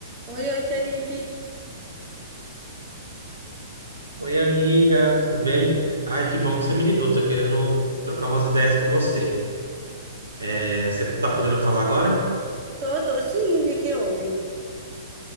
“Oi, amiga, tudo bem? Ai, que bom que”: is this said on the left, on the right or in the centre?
Right